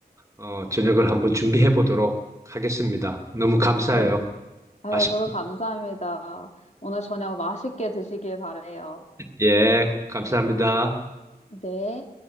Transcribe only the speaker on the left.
네. 아유,
저도 감사합니다. 오늘 저녁 맛있게 드시길 바래요.
네.